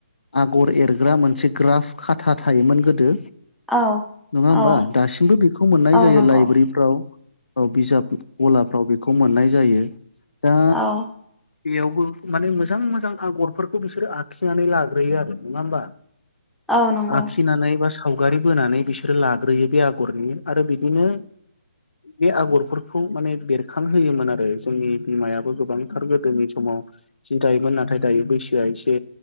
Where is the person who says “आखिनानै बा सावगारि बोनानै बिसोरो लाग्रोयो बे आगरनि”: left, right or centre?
Left